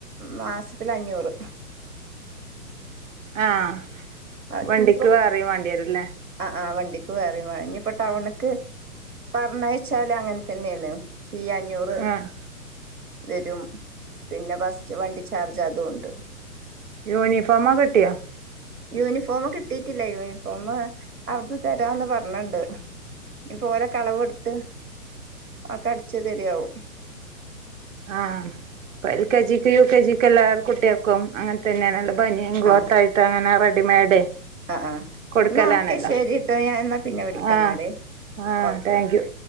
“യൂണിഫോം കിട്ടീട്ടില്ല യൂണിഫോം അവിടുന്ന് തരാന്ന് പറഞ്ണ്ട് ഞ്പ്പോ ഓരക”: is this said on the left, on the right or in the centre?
Right